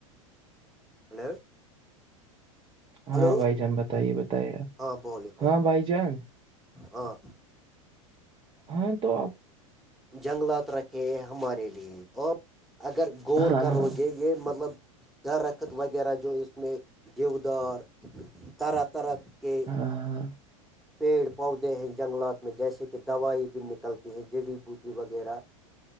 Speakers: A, in the centre; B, on the right.
A: ہلو
B: ہاں
A: ہلو
B: بھائی جان بتائیے بتائیے آپ
A: ہاں بول بول
B: ہاں بھائی جان
A: ہاں
B: ہاں تو آپ
A: جنگلات رکھے ہمارے لیے اور اگر غور
B: ہاں
A: کرو
B: ہاں
A: گے یہ مطلب درخت وغیرہ جو اس میں دیوودار طرح طرح کہ
B: ہاں
A: پیڑ پودے ہیں جنگلات میں جیسے کہ دوائی بن چلتے ہیں جڑی بوٹی وغیرہ